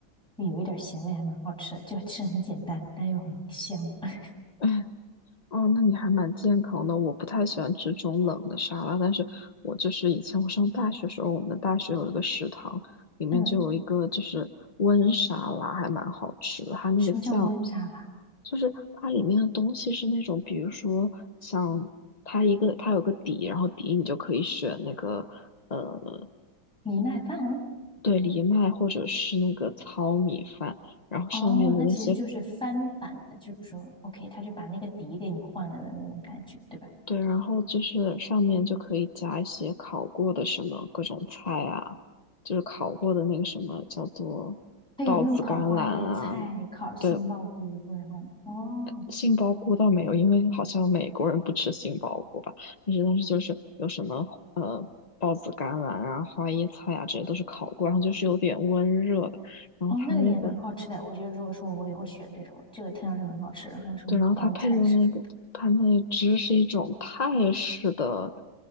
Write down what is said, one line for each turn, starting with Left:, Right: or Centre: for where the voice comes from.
Centre: 就有一点咸味，还蛮好吃的，就吃很简单，但又很香。<clears throat>
Left: 嗯。哦，那你还蛮健康的。我不太喜欢吃这种冷的沙拉，但是我就是以前我上大学时候，我们大学有一个食堂，里面就有一个就是温沙拉，
Centre: 嗯，
Left: 还蛮好吃的。它那个酱，
Centre: 什么叫温沙拉？
Left: 就是它里面的东西是那种，比如说像它一个它有个底，然后底你就可以选那个呃
Centre: 藜麦饭？
Left: 对藜麦或者是那个糙米饭，然后上面的那些
Centre: 哦，那其实就是翻版的，就是说，OK，他就把那个底给你换了的那种感觉，对吧？
Left: 对，然后就是上面就可以加一些烤过的什么各种菜啊，就是烤过的那个什么叫做豆子甘蓝啊，
Centre: 它有那种烤花椰菜、烤杏鲍菇，
Left: 对，
Centre: 然后哦
Left: 杏鲍菇倒没有，因为好像美国人不吃杏鲍菇吧，但是但是就是有什么呃豹子甘蓝啊、花椰菜啊，这些都是烤过，然后就是有点温热的，然后它那个
Centre: 哦，那个也蛮好吃的。我觉得如果说我也会选这种，这个听上去蛮好吃。然后还有什么包菜之类的，
Left: 对，然后它配的那个它那个汁是一种泰式的，